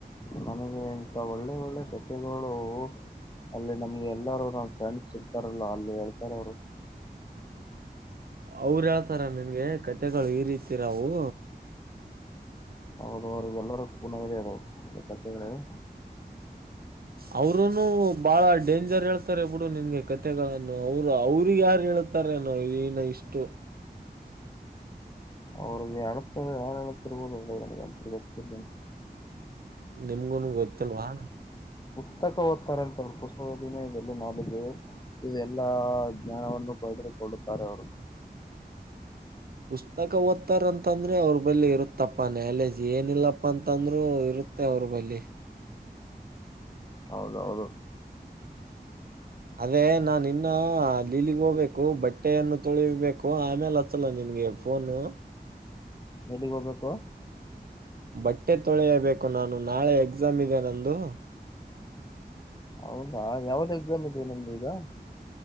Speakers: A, on the left (about 25°); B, on the right (about 65°).
A: ನನಗೆ ಇಂತಾ ಒಳ್ಳೆ ಒಳ್ಳೆ ಕತೆಗಳು. ಅಲ್ಲಿ ನಮಗ ಎಲ್ಲಾರೂ ನನ ಫ್ರೆಂಡ್ಸ್ ಸಿಗ್ತಾರಲ್ಲ ಅಲ್ಲಿ ಹೇಳ್ತಾರ ಅವರು.
B: ಅವರ ಹೇಳ್ತಾರ ನಿಮಗೆ ಕತೆಗಳು ಈ ರೀತಿ ಇರವು.
A: ಹೌದು ಹೌದು ಎಲ್ಲರು ಕುಡದಾಗ ಆಲ್ವಾ ಕತೆಗಳು
B: ಅವರುನು ಬಹಳ ಡೇಂಜರ್ ಹೇಳ್ತಾರೆ ಬಿಡು ನಿನಗೆ ಕತೆಗಳನ್ನು ಅವರು ಅವರಿಗೆ ಯಾರು ಹೇಳ ಇರ್ತಾರೇನು ಈನ ಇಷ್ಟು.
A: ಅವರಿಗೆ ಅತರ ಯಾರಳತರ್ಬೋದು ಕತ
B: ನಿಮಗುನು ಗೊತ್ತಿಲ್ವಾ.
A: ಪುಸ್ತಕ ಓದತ್ತಾರಂತಲ್ಲ ಅವರು ಉಸ್ತದಿನ ಇದೆಲ್ಲ ನಾದ್ದ. ಇದೆಲ್ಲಾ ಜ್ಞಾನವನ್ನು ಪಡೆದುಕೊಳ್ಳುತ್ತಾರೆ ಅವರು.
B: ಪುಸ್ತಕ ಓದ್ತಾರಂತಂದ್ರೆ ಅವ್ರ ಬಳಿ ಇರುತ್ತಪ್ಪ ನಾಲೇಜ್ ಏನಿಲ್ಲಪ್ಪಾ ಅಂತಂದ್ರರು ಇರು ತ್ತೆ ಅವರು ಬಲ್ಲಿ.
A: ಹೌದು ಹೌದು.
B: ಅದೇ ನಾ ಇನ್ನ ಲೀಲಿಗ್ ಹೋಗ್ಬೇಕು ಬಟ್ಟೆಯನ್ನು ತೊಳಿಬೇಕು ಆಮೇಲೆ ಹಚ್ಚಲ್ಲ ನಿನ್ಗೆ. ಫೋನು
A: ಎಲ್ಲಿಗ ಹೋಗಬೇಕು.
B: ಬಟ್ಟೆ ತೊಳೆಯಬೇಕು ನಾನು ನಾಳೆ ಎಕ್ಸಾಮ್ ಇದೆ ನಂದು.
A: ಹೌದಾ ಯಾವ್ದ ಎಕ್ಸಾಮ್ ಇದೆ ನಿಮ್ದ ಈಗಾ.